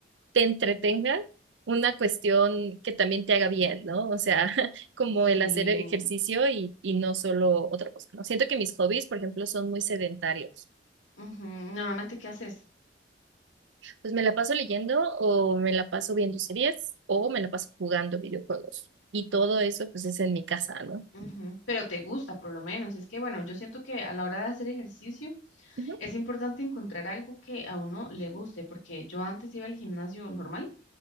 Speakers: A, on the right (about 70°); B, on the left (about 90°).
A: te entretenga una cuestión que también te haga bien, ¿no? O sea, <laughs> como
B: Sí.
A: el hacer ejercicio y, y no solo otra cosa, ¿no? Siento que mis hobbies, por ejemplo, son muy sedentarios.
B: Ujú, Normalmente, ¿qué haces?
A: Pues me la paso leyendo o me la paso viendo series o me la paso jugando videojuegos. Y todo eso pues es en mi casa, ¿no?
B: Ujú. Pero te gusta, por lo menos. Es que, bueno, yo siento que a la hora de hacer ejercicio
A: Ujú,
B: es importante encontrar algo que a uno le guste, porque yo antes iba al gimnasio normal